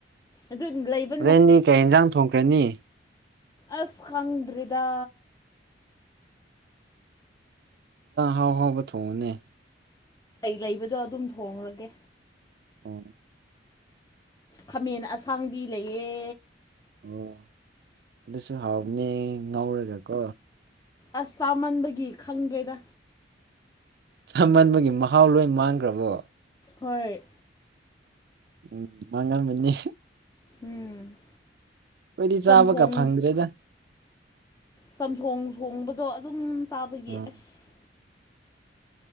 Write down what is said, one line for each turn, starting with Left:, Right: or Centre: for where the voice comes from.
Left: ꯑꯗꯨ ꯂꯩꯕ
Right: ꯍꯣꯔꯦꯟꯗꯤ ꯀꯩ ꯌꯦꯟꯖꯥꯡ ꯊꯣꯡꯈ꯭ꯔꯦꯅꯤ
Left: ꯑꯁꯈꯪꯗ꯭ꯔꯤꯗꯥ
Right: ꯍꯥꯎ ꯍꯥꯎꯕ ꯊꯣꯡꯉꯨꯅꯦ
Left: ꯀ ꯂꯩꯕꯗꯣ ꯑꯗꯨꯝ ꯊꯣꯡꯡꯂꯒꯦ
Right: ꯑꯣ
Left: ꯈꯥꯃꯦꯟ ꯑꯁꯥꯡꯕꯤ ꯂꯩꯌꯦ
Right: ꯑꯣ ꯑꯗꯨꯁꯨ ꯍꯥꯎꯅꯤ ꯉꯧꯔꯒ ꯀꯣ
Left: ꯑꯁ ꯆꯥꯃꯟꯕꯒꯤ ꯈꯪꯗ꯭ꯔꯦꯗ
Right: ꯁꯃꯟꯕꯒꯤ ꯃꯍꯥꯎ ꯂꯣꯏ ꯃꯥꯟꯈ꯭ꯔꯕꯣ
Left: ꯍꯣꯏ
Right: ꯎꯝ ꯃꯉꯟ ꯃꯅꯤꯅꯤ
Left: ꯎꯝ
Right: ꯑꯩꯈꯣꯏꯗꯤ
Left: ꯆꯝꯊꯣꯡ
Right: ꯆꯥꯕꯒ ꯐꯪꯗ꯭ꯔꯦꯗ
Left: ꯆꯝꯊꯣꯡ ꯊꯣꯡꯕꯗꯣ ꯑꯗꯨꯝ ꯆꯥꯕꯒꯤ
Right: ꯎꯝ
Left: ꯑꯁ